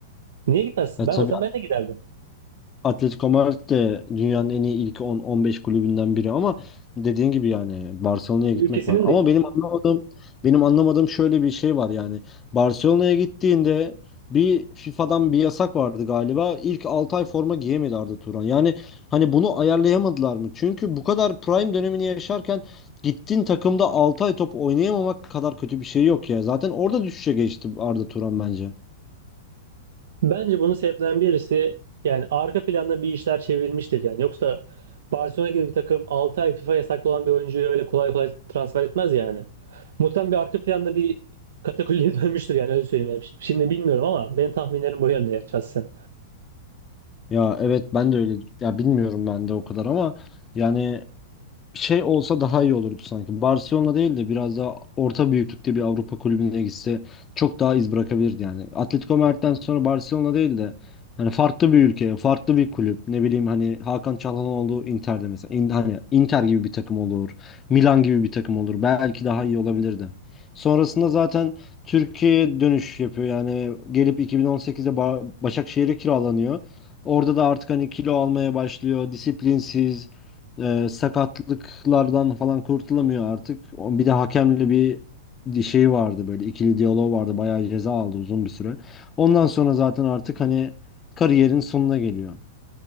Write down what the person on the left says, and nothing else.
E
tabii
Atletico Madrid de dünyanın en iyi ilk 10-15 kulübünden biri ama dediğin gibi yani Barcelona'ya
gitmek
var. Ama
benim anlamadığım benim anlamadığım şöyle bir şey var yani Barcelona'ya gittiğinde bir FIFA'dan bir yasak vardı galiba. İlk 6 ay forma giyemedi Arda Turan. Yani hani bunu ayarlayamadılar mı? Çünkü bu kadar prime dönemini yaşarken gittiğin takımda 6 ay top oynayamamak kadar kötü bir şey yok ya. Zaten orada düşüşe geçti Arda Turan bence.
Ya evet ben de öyle ya bilmiyorum ben de o kadar ama yani şey olsa daha iyi olurdu sanki. Barcelona değil de biraz daha orta büyüklükte bir Avrupa kulübüne gitse çok daha iz bırakabilirdi yani. Atletico Madrid'den sonra Barcelona değil de hani farklı bir ülke, farklı bir kulüp. Ne bileyim hani Hakan Çalhanoğlu Inter'de mesela. İn- hani Inter gibi bir takım olur. Milan gibi bir takım olur. Belki daha iyi olabilirdi. Sonrasında zaten Türkiye'ye dönüş yapıyor. Yani gelip 2018'de Ba- Başakşehir'e kiralanıyor. Orada da artık hani kilo almaya başlıyor. Disiplinsiz. Ee, sakatlıklardan falan kurtulamıyor artık. O- Bir de hakemle bir di- şey vardı böyle ikili diyalog vardı. Bayağı ceza aldı uzun bir süre. Ondan sonra zaten artık hani kariyerin sonuna geliyor.